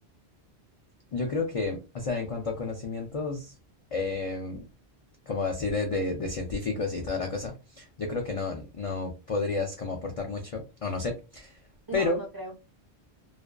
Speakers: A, on the left; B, on the right.
A: Yo creo que, o sea, en cuanto a conocimientos, em, como así de, de- de científicos y toda la cosa, yo creo que no, no podrías como aportar mucho, o no sé,
B: No,
A: pero,
B: no creo.